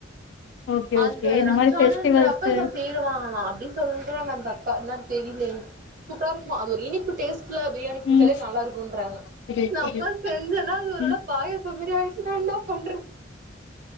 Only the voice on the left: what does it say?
ஓகே
ஓகே இந்த
மாரி ஃபெஸ்டிவல்ஸு
ம்
புரியுது
புரியுது
ம்